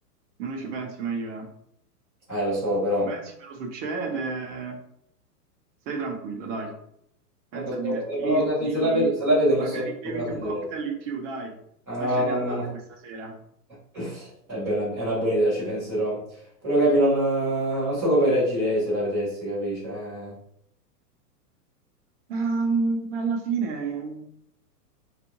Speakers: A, on the right (about 50°); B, in the centre.
A: meno ci pensi meglio è.
B: eh, lo so, però,
A: Ci pensi, meno succede, stai tranquillo, dai. Pensa
B: eh, lo
A: a divertirti,
B: so, eh, però capi- se la vedo, se la vedo non
A: magari
B: so
A: beviti
B: come la prenderei.
A: un cocktail in più, dai.
B: Ah,
A: Lasciati andare questa sera.
B: <laughs> eh beh, è una, è una buona idea, ci penserò. Però capi, non, non so come reagirei se la vedessi, capisci? Eh,
A: Ma mm, alla fine...